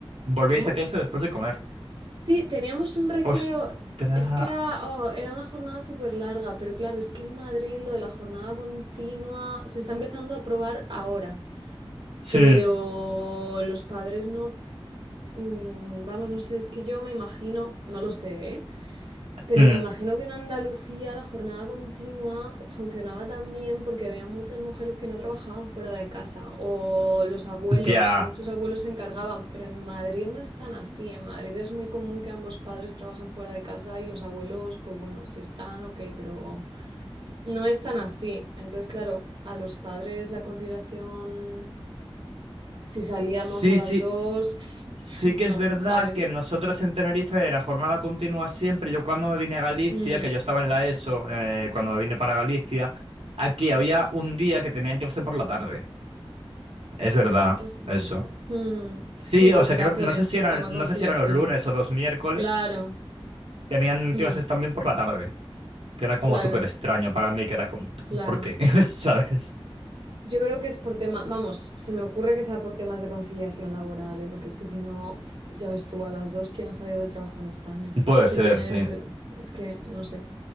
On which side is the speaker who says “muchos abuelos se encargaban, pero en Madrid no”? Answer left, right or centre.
Right